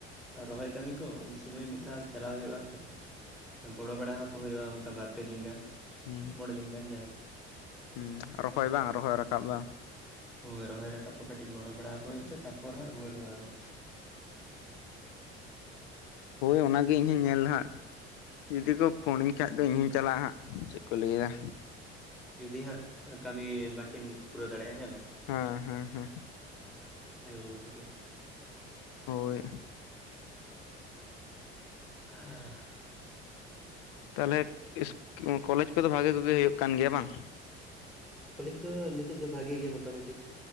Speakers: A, in the centre; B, on the left.
A: ᱨᱚᱦᱚᱭ ᱠᱟᱹᱢᱤ ᱠᱚ ᱩᱱ ᱥᱩᱢᱚᱭ ᱢᱤᱫ ᱫᱷᱟᱣ ᱪᱟᱞᱟᱣ ᱦᱩᱭᱩᱜᱼᱟ ᱠᱟᱹᱴᱤᱡ ᱜᱚᱲᱚ ᱵᱟᱲᱟ ᱟᱠᱚ ᱦᱩᱭᱩᱜᱼᱟ ᱚᱱᱠᱟ ᱵᱟᱨ ᱯᱮ ᱫᱤᱱ ᱜᱟᱱ
B: ᱦᱩᱸ
A: ᱢᱚᱬᱮ ᱫᱤᱱ ᱜᱟᱱ ᱡᱟᱭ
B: ᱦᱩᱸ ᱨᱚᱦᱚᱭ ᱵᱟᱝ ᱨᱚᱦᱚᱭ ᱨᱟᱠᱟᱵ ᱵᱟᱝ
A: ᱦᱳᱭ ᱨᱚᱦᱚᱭ ᱨᱟᱠᱟᱵ ᱠᱚ ᱠᱟᱹᱴᱤᱡ ᱜᱚᱲᱚ ᱵᱟᱲᱟᱚ ᱦᱩᱭᱩᱜ ᱛᱮ ᱛᱟᱨᱯᱚᱨ ᱦᱟᱸᱜ ᱨᱩᱣᱟᱹᱲ ᱦᱩᱭᱩᱜᱼᱟ ᱟᱨᱦᱚ
B: ᱦᱳᱭ ᱚᱱᱟᱜᱮ ᱤᱧ ᱦᱚᱧ ᱧᱮᱞᱫᱟ ᱦᱟᱜ ᱡᱩᱫᱤ ᱠᱚ ᱯᱷᱳᱱᱤᱧ ᱠᱷᱟᱡ ᱫᱚ ᱤᱧ ᱦᱩᱧ ᱪᱟᱞᱟᱜᱼᱟ ᱦᱟᱸᱜ ᱪᱮᱫ ᱠᱚ ᱞᱟᱹᱭᱮᱫᱟ
A: ᱡᱩᱫᱤ ᱦᱟᱸᱜ ᱠᱟᱹᱢᱤ ᱵᱟᱹᱠᱤᱱ ᱯᱩᱨᱟᱹᱣ ᱫᱟᱲᱮᱭᱟᱜᱼᱟ ᱦᱮᱸ ᱵᱟᱝ
B: ᱦᱟᱸ ᱦᱟᱸ ᱦᱟᱸ
A: ᱟᱭᱳᱼᱵᱟᱵᱟ ᱛᱟᱠᱤᱱ
B: ᱦᱳᱭ
A: ᱦᱮᱸ
B: ᱛᱟᱦᱚᱞᱮ ᱠᱚᱞᱮᱡᱽ ᱠᱚᱫᱚ ᱵᱷᱟᱜᱤ ᱠᱚᱜᱮ ᱦᱩᱭᱩᱜ ᱠᱟᱱ ᱜᱮᱭᱟ ᱵᱟᱝ?
A: ᱠᱚᱞᱮᱡᱽ ᱫᱚ ᱱᱤᱛᱚᱜ ᱫᱚ ᱵᱷᱟᱜᱮ ᱜᱮᱭᱟ ᱢᱚᱴᱟᱢᱩᱴᱤ